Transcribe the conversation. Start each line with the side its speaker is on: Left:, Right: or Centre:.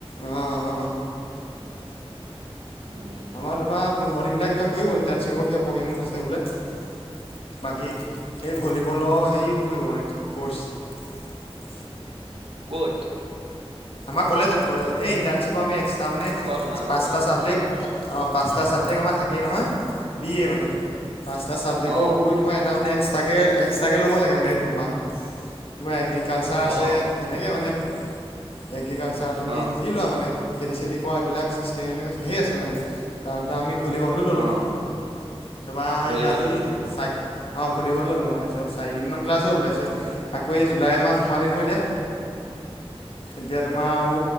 Left: আহ আহ।
Right: উম
Left: আমাৰ তোমাৰ- পোন্ধৰ দিননা কিবা কৰিব ইণ্টাৰ্ণশ্বিপৰ কিবা প্ৰগ্ৰেম আছে বোলে বাকী- এই ভলীবলৰ হেৰি কৰিব মানে কৰ্চ
Right: কত,
Left: আমাৰ কলেজত কলেজ এই ইণ্টাৰশিপৰ এক্সটা মানে
Right: ক তোমালোকৰ
Left: পাঁচটা
Right: কলেজত
Left: চাবেক্ট- অ পাঁচটা ছাবজেক্ট আমাৰ থাকেই নহয় বি এ মানে পাঁচটা ছাবজেক্ৰ
Right: অ
Left: উপৰি তোমাৰ এটা মানে- এক্সট্ৰাকে এক্সট্ৰাকে ল'ব লাগে মানে সেইটো তোমাৰ তোমাৰ এগ্ৰিকালচাৰ আছে
Right: অ
Left: সেনেকে মানে এগ্ৰিকালচাৰ তুমি
Right: অ
Left: যি লোৱা মানে। খেতি চেতি কৰা এইবিলাক চিষ্টেম এনেকুৱা ধেই আছে মানে তাৰ ভিতৰত আমি- ভলী বলটো ল'লোঁ
Right: অ
Left: তাৰপৰা
Right: ভলীবল
Left: এই আজি
Right: ওলা
Left: চাই- অ ভলীবল ল'লো মই তাৰপছত চাৰিদিনমান ক্লাছ হ'ল তাৰপিছত আকৌ এই জুলাই মাহ সোমালে নহয় এতিয়া
Right: <inaudible>
Left: এতিয়া তোমাৰ আও